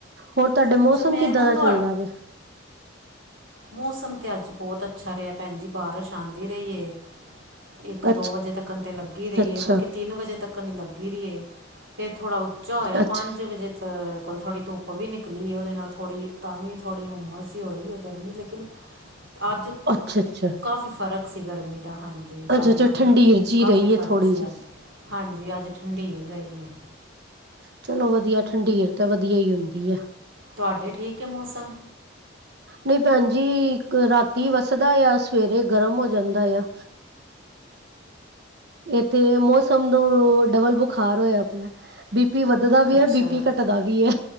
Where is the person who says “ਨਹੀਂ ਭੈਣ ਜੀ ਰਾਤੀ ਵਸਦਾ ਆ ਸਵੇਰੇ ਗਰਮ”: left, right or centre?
Right